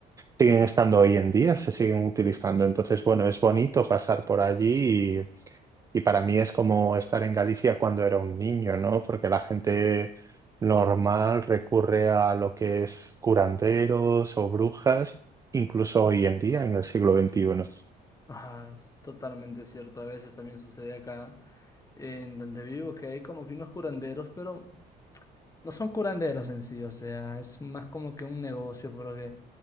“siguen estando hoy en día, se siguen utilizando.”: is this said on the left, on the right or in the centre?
Right